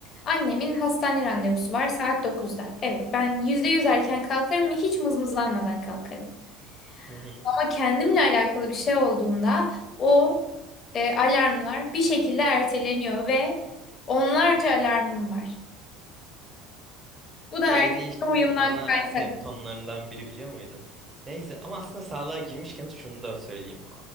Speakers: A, on the left; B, on the right.
A: annemin hastane randevusu var saat dokuzda. Evet, ben %100 erken kalkarım ve hiç mızmızlanmadan kalkarım.
B: Hı hı.
A: Ama kendimle alakalı bir şey olduğunda o e, alarmlar bir şekilde erteleniyor ve onlarca alarmım var. Bu da
B: Bu ADHD'nin
A: erteleme uyumdan
B: ana
A: kaynak.
B: semptomlarından biri biliyor muydun? Neyse ama aslında sağlığa girmişken şunu da söyleyeyim.